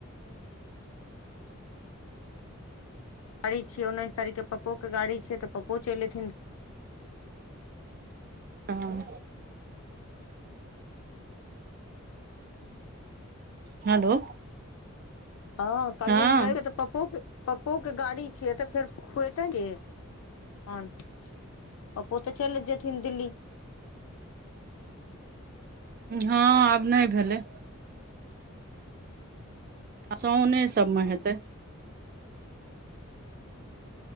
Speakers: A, on the left; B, on the right.
A: गाड़ी छिय। उन्ैसारीख के पप्पो के गाड़ी छै। तऽ पप्पो चल एेथिन।
B: हँ। हेलो।
A: हँ कहलिएण
B: हँ
A: रेव कऽ तऽ पपो कऽ पप्पोके गाड़ी छियै। तऽ फेर खुेते गेन पपो तऽ चलि जेथिन दिल्ली
B: हँ आब नहि भेलै आ साउने सबमे हेतै